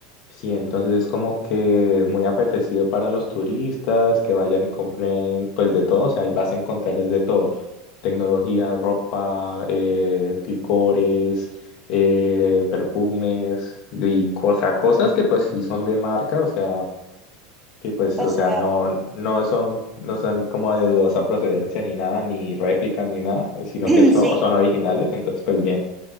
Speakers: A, on the left (about 55°); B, on the right (about 15°).
A: Sí, entonces es como que muy apetecido para los turistas que vayan y compren pues de todo, o sea, ahí vas a encontrar es de todo, tecnología, ropa, eh, licores, eh, perfumes y cosa, cosas que pues sí son de marca, o sea, que pues,
B: O
A: o
B: sea,
A: sea, no, no son, no son como de dudosa procedencia ni nada, ni réplicas ni nada, sino
B: <clears throat>
A: que son,
B: sí.
A: son originales, entonces pues bien.